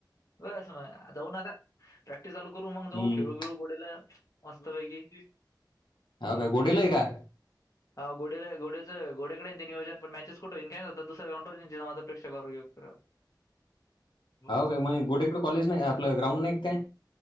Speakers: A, on the left (about 45°); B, on the left (about 80°).
A: तस ना आता उन्हाचा प्रॅक्टिस चालू करू. मग
B: हम्म
A: जाऊ खेळू, बीळू <unintelligible> मस्त पैकी.
B: ह
A: पण
B: काय गुडीला आहे का?
A: <unintelligible>
B: <inaudible>
A: रोजी छत्तीस-
B: गोडेकड कॉलेज नाही, आपलं ग्राउंड नाही काय